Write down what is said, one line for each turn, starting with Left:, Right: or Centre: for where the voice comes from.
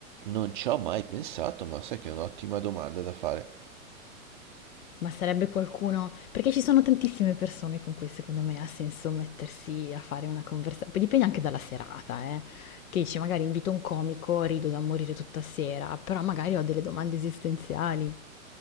Right: Non ci ho mai pensato, ma sai che è un'ottima domanda da fare.
Left: Ma sarebbe qualcuno, perché ci sono tantissime persone con cui secondo me ha senso mettersi a fare una conversazione, poi dipende anche dalla serata, eh. Che dici, magari invito un comico, rido da morire tutta sera, però magari ho delle domande esistenziali.